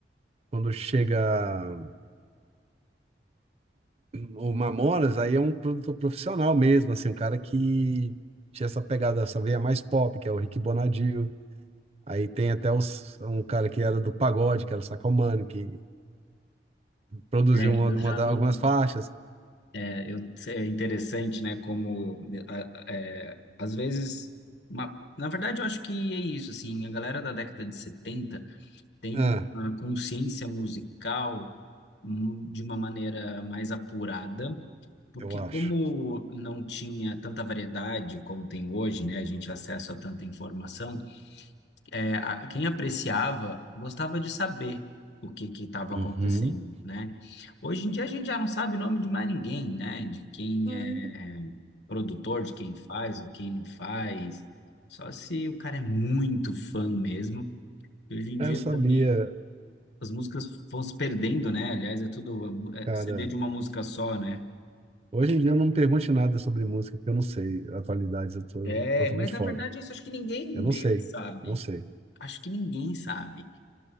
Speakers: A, on the right; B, on the left.
A: quando chega O Mamonas aí é um produtor profissional mesmo, assim, um cara que tinha essa pegada, essa veia mais pop, que é o Rick Bonadio. Aí tem até os- um cara que era do pagode, que era o Sacomani, que produziu
B: É,
A: uma,
B: eu
A: uma
B: já
A: da-
B: não.
A: algumas faixas.
B: É, eu, é interessante, né? Como a- é, às vezes, uma- na verdade, eu acho que é isso, assim, a galera da década de 70 tem
A: Ah,
B: uma consciência musical hum, de uma maneira mais apurada, porque
A: eu acho.
B: como não tinha tanta variedade como tem hoje, né? A gente acessa a tanta informação, é, a- quem apreciava gostava de saber o que que estava acontecendo,
A: Uhum.
B: né? Hoje em dia a gente já não sabe o nome de mais ninguém, né? De quem
A: Aí,
B: é produtor, de quem faz, o quem não faz. Só se o cara é muito fã mesmo. E hoje em
A: aí
B: dia
A: eu sabia,
B: também as músicas vão se perdendo, né? Aliás, é tudo é
A: cara.
B: CD de uma música só, né?
A: Hoje em dia eu não me pergunte nada sobre música, porque eu não sei. Atualidades eu tô
B: É,
A: totalmente
B: mas na
A: fora.
B: verdade isso acho que ninguém
A: Eu
B: meio
A: não sei,
B: que sabe.
A: não sei.
B: Acho que ninguém sabe.